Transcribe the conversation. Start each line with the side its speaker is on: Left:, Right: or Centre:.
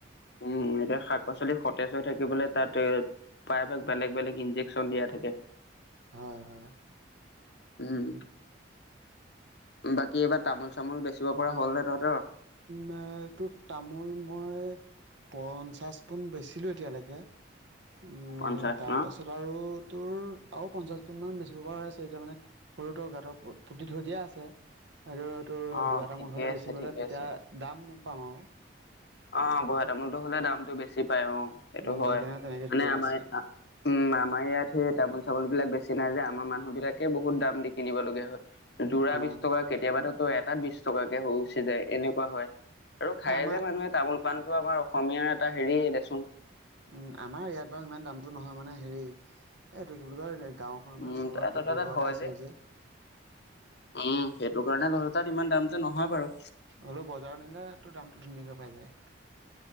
Left: উম এতিয়া শাক পাচলি সতেজ হৈ থাকিবলৈ তাত প্ৰায়ভাক বেলেগ বেলেগ ইঞ্জেকচন দিয়া থাকে
Right: হয় হয়
Left: উম বাকী এইবাৰ তামোল চামোল বেচিব পৰা হ'ল নে তহঁতৰ
Right: নাই তোৰ তামোল মই পঞ্চাছ টন বেচিলোঁ এতিয়ালেকে উ
Left: পঞ্চাশ
Right: তাৰ
Left: ন?
Right: পাছত আৰু তোৰ ‌‌আউ পঞ্চাশ পুনমান বেচিব পৰা হৈ আছে, এতিয়া মানে সৰুতো গাঁতৰ পুতি থৈ দিয়া আছে। আৰু তোৰ
Left: অ'
Right: বুৱা তামোল
Left: ঠিকে
Right: হলে বেছিবলে
Left: আছে ঠিকে
Right: তেতিয়া
Left: আছে।
Right: দাম পাউ আউ
Left: অ', বুৱা তামোলটো হলে দামটো বেছি পাই অ', সেইটো
Right: উম
Left: হয়
Right: সেইকাৰণে তেনেকৈ
Left: মানে
Right: থৈ দিয়া
Left: আমাৰ
Right: আছে
Left: আ উম আমাৰ ইয়াত সে তামোল চামোল বিলাক বেছি নাই যে আমাৰ মানুহ বিলাকে বহুত দাম দি কিনিব লগীয়া হয় জোৰা
Right: অঁ
Left: বিশ টকা কেতিয়াবা ধৰ- ত এটাত বিশ টকাকে হৈ উচি যায় এনেকুৱা হয় আৰু খায়ে
Right: আমাৰ
Left: যে মানুহে পান টু আমাৰ অসমীয়াৰ এটা হেৰিয়ে দেচোন
Right: উম আমাৰ ইয়াত বাৰু ইমান দামতো নহয় মানে হেৰি এইটো কি বুলি কয় গাঁওখনৰ
Left: উম,
Right: মানে চবৰে
Left: তহঁতৰ
Right: প্ৰতি
Left: তাত
Right: ঘৰতে
Left: হয়
Right: আছে যে
Left: উম সেইটো কাৰণে তহতৰ তাত ইমান দামতো নহয় বাৰু
Right: হলেও বজাৰৰ নিলে তো দামটো ধুনীয়াকে পাই যায়